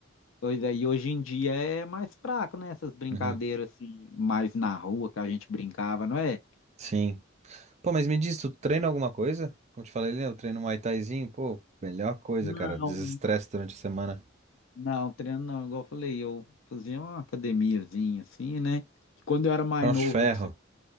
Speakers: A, on the left; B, on the right.
A: pois aí hoje em dia é mais fraco, né? Essas brincadeiras
B: Uhum.
A: assim, mais na rua que a gente brincava, não é?
B: Sim. Pô, mas me diz, tu treina alguma coisa? Como te falei, né, eu treino Muay Thaizinho, pô, melhor coisa,
A: Não,
B: cara, desestresse durante a semana.
A: não, treino não, igual eu falei, eu fazia uma academiazinha assim, né? Quando eu era mais
B: Cross
A: novo,
B: ferro.